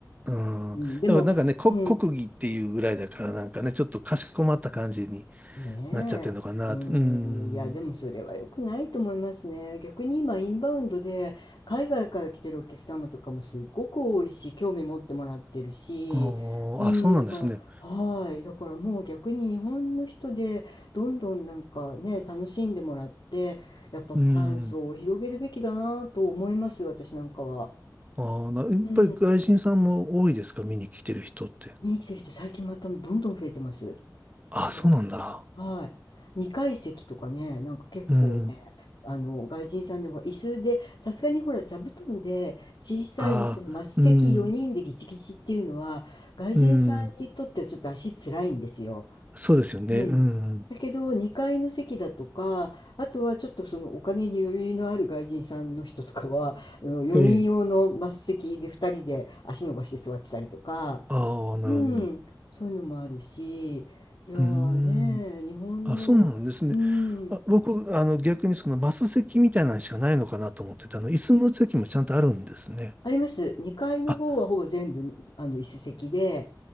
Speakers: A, on the right; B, on the left.
A: うん。
B: うん、でも、
A: でもなんかね、こ、
B: うん、
A: 国技っていうぐらいだからなんかね、ちょっとかしこまった感じに
B: ねえ、
A: なっちゃってるのかな。
B: う
A: うん。
B: ん、いや、でもそれは良くないと思いますね。逆に今、インバウンドで、海外から来てるお客様とかもすっごく多いし、興味持ってもらってるし、
A: あーあ、
B: うん、
A: そうなんですね。
B: だから、はい、だからもう逆に日本の人で、どんどんなんかね、楽しんでもらって、やっぱファン層を広げるべきだなと思います、
A: うん。
B: 私なんかは。
A: ああ、な、やっぱり外人さんも多いですか見に来てる人って。
B: うん、見に来てる人、最近またどんどん増えてます。
A: ああ、そうなんだ。
B: うんはい。二階席とかね、なんか結構ね、
A: うん。
B: あの、外人さんでも椅子で、さすがにほら座布団で小さいそのマス席4人でギチギチっていうのは、
A: ああ、うん、
B: 外人さんにとってはちょっと足つらいんですよ。
A: うん。そうですよね。
B: うん。
A: うん。
B: だけど2階の席だとかあとはちょっとそのお金に余裕のある外人さんの人とかはあの4人用のマス席で2人で足伸ばして座ってたりとか
A: ええ。ああ、なるほど。
B: うん、そういうのもあるし、いやーね、
A: うーん。
B: 日本の、
A: あ、そうなんですね。
B: うん、
A: あ、僕、あの、逆にそのマス席みたいなのしかないのかなと思ってたの、椅子の席もちゃんとあるんですね。
B: あります。2階の方はほぼ全部、
A: あ、
B: あの、椅子席で、